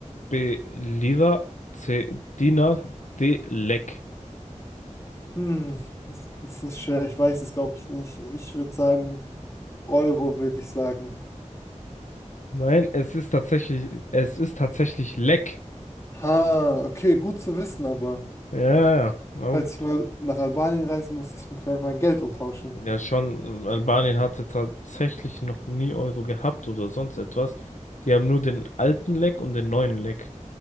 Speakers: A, on the left (about 70°); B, on the left (about 20°).
A: B. Lira, C. Dinar, D. Lek.
B: Hm, das ist schwer, ich weiß es, glaube ich, nicht. Ich würde sagen, Euro würde ich sagen.
A: Nein, es ist tatsächlich, es ist tatsächlich Lek.
B: Ha, okay, gut zu wissen, aber
A: Ja, ja, ja. na
B: falls
A: gut.
B: ich mal nach Albanien reise, muss ich vielleicht mein Geld umtauschen.
A: ja, schon. äh, Albanien hatte tatsächlich noch nie Euro gehabt oder sonst etwas. Die haben nur den alten Lek und den neuen Lek.